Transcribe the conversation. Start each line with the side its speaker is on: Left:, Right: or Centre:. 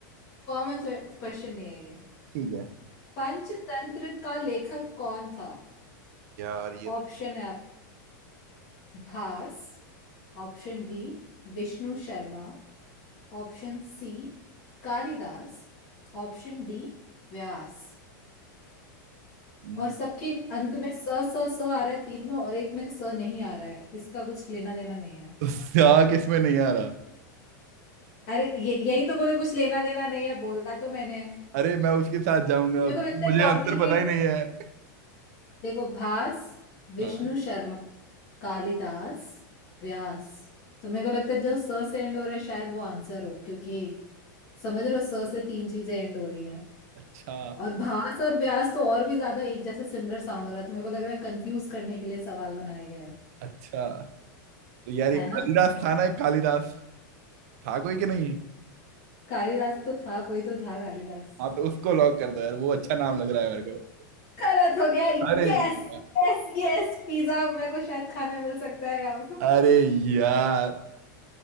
Left: कॉमन क्वेश्चन नहीं है ये
Right: ठीक है
Left: पंचतंत्र का लेखक कौन था
Right: यार ये
Left: ऑप्शन
Right: तो
Left: है आप Bhasa Option B Vishnu Sharma Option C Kalidas Option D Vyas
Right: हम्म,
Left: और सबके अंत में स स स आ रहा है तीन में और एक में स नहीं आ रहा है इसका कुछ लेना देना नहीं है
Right: तो क्या किसमें नहीं आ रहा
Left: अरे ये यही तो बोले कुछ लेना देना नहीं है बोला तो मैंने
Right: अरे मैं उसके साथ जाऊंगा
Left: मेरे को लगता है
Right: मुझे
Left: कॉम्प्लिकेट
Right: आंसर पता ही
Left: कर
Right: नहीं है
Left: देखो भास विष्णु
Right: हाँ
Left: शर्मा कालिदास व्यास तो मेरे को लगता है जो स से एंड हो रहा है शायद वो आंसर हो क्योंकि समझ रहे हो स से तीन चीजें एंड हो रही हैं
Right: अच्छा
Left: और भास और व्यास तो और भी ज्यादा एक जैसा सिमिलर साउंड हो रहा है तो मेरे को लग रहा है कंफ्यूज करने के लिए सवाल बनाया गया है
Right: अच्छा तो यार
Left: है
Right: ये कालिदास
Left: ना
Right: था ना एक कालिदास था कोई कि नहीं
Left: कालिदास तो था कोई तो था कालिदास
Right: हाँ तो उसको लॉक कर दो यार वो अच्छा नाम लग रहा है मेरे को
Left: गलत हो गया
Right: अरे
Left: यस
Right: यार,
Left: यस यस पिज्जा मेरे को शायद खाने मिल सकता है अब
Right: अरे यार